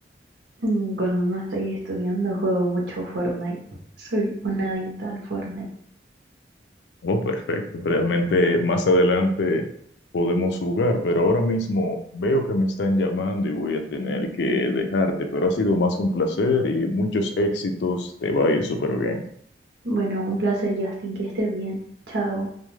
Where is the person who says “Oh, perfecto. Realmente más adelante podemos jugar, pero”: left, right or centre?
Left